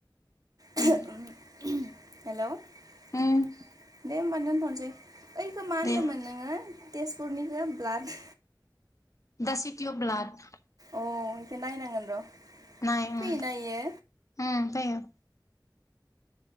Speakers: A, on the right; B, on the left.
A: हेल'
B: उम
A: दे
B: उम
A: होमबा दोनथ'सै। ओइखौ मा होनदोंमोन
B: दे
A: नोङो तेजपुरनिखौ ब्लाड
B: दा सिति अव ब्लाट।
A: औ एसे नायनांगोन र'
B: नाय उम
A: फैयोना इयो?
B: उम फैयो